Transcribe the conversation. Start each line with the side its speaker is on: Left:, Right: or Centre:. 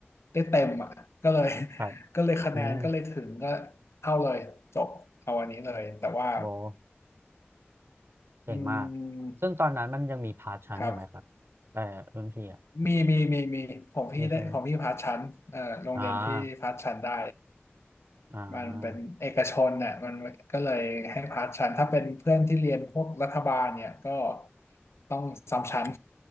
Left: ได้เต็มอ่ะก็เลย
Right: ครับ
Left: ก็เลยคะแนนก็เลยถึงก็
Right: อืม
Left: เท่าเลยจบเอาอันนี้เลยแต่ว่า
Right: โอ้เก่งมาก
Left: อืม
Right: ซึ่งตอนนั้นมันยังมีพาร์ทชั้นอยู่ไหมครับแต่อรุ่นพี่อ่ะ
Left: ครับมีมีมีมีของพี่ได้ของพี่พาสชั้นเอ่อโรงเรียนพี่พาสชั้นได้
Right: นี่ใช่ไหมอ่าอ่า
Left: มันเป็นเอกชนน่ะมันก็เลยให้พาสชั้นถ้าเป็นเพื่อนที่เรียนพวกรัฐบาลเนี่ยก็ต้องซ้ำชั้น